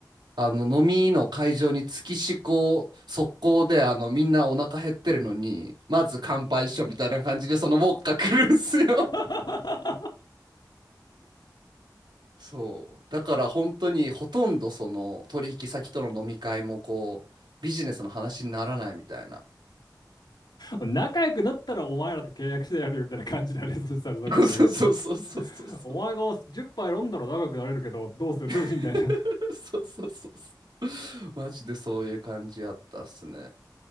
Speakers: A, on the right; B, on the left.
A: あの飲みの会場に月しこ速攻であのみんなお腹減ってるのにまず乾杯しようみたいな感じでそのウォッカ来るんすよ
B: <laughs>
A: そうだから本当にほとんどその取引先との飲み会もこうビジネスの話にならないみたいな
B: 仲良くなったらお前らと契約してやるよみたいな感じだね。そしたらそこまで行くと。
A: <laughs> そうそうそうそうそうそう
B: お前が10杯飲んだら仲良くなれるけど、どうする
A: <laughs>
B: <laughs> みたいな。
A: そうそうそうそうマジでそういう感じやったっすね